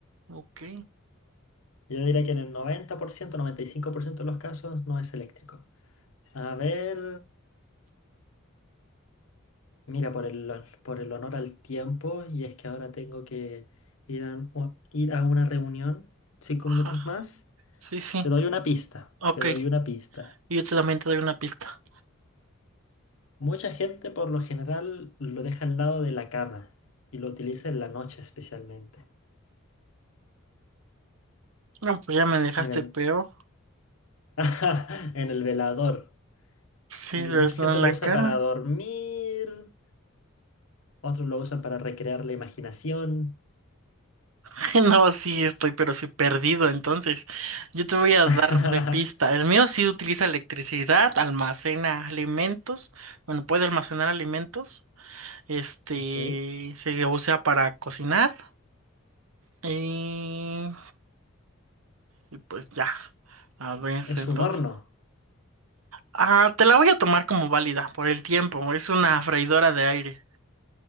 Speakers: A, on the right (about 85°); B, on the left (about 80°).
A: Ok.
B: Yo diría que en el noventa noventa por ciento, noventa y cinco por ciento de los casos no es eléctrico. A ver. Mira, por el, hon- por el honor al tiempo, y es que ahora tengo que ir a, u- ir a una reunión cinco
A: Ajá.
B: minutos más.
A: Sí, sí.
B: Te doy una pista,
A: Ok.
B: te doy una pista.
A: Y yo te- también te doy una pista.
B: Mucha gente por lo general lo deja al lado de la cama y lo utiliza en la noche especialmente,
A: No, pues ya me dejaste
B: en el,
A: peor.
B: <laughs> en el velador.
A: Sí,
B: Y
A: les
B: mucha
A: doy
B: gente
A: en
B: lo
A: la
B: usa
A: cara.
B: para dormir, otros lo usan para recrear la imaginación.
A: <laughs> No, sí, estoy, pero sí perdido. Entonces, yo te voy a
B: <laughs>
A: dar mi pista. El mío sí utiliza electricidad, almacena alimentos. Bueno, puede almacenar alimentos. Este,
B: Ok,
A: se usa para cocinar. Y, y pues ya. A ver,
B: es
A: entonces.
B: un horno.
A: Ah, te la voy a tomar como válida por el tiempo. Es una freidora de aire.